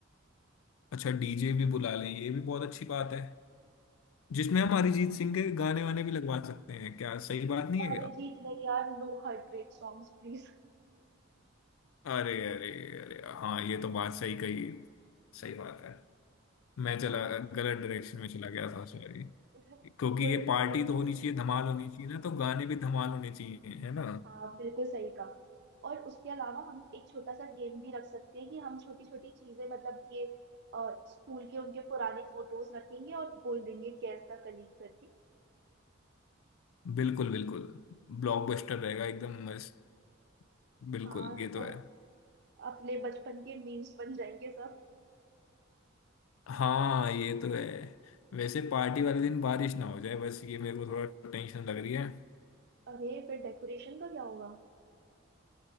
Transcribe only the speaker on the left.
अच्छा डीजे भी बुला लें ये भी बहुत अच्छी बात है जिसमें हम अरिजीत
सिंह के गाने वाने भी लगवा सकते हैं क्या सही बात नहीं है
अरे अरे अरे हाँ ये तो बात सही कही सही बात है मैं चला
गलत डायरेक्शन में चला गया था सॉरी
क्योंकि
ये
पार्टी
तो होनी चाहिए धमाल होनी चाहिए ना तो गाने भी धमाल होने चाहिए है ना
बिल्कुल बिल्कुल ब्लॉकबस्टर रहेगा एकदम मस्त बिल्कुल
ये
तो है
हाँ ये तो है वैसे पार्टी वाले दिन बारिश ना हो जाए बस ये मेरे को थोड़ा टेंशन लग रही है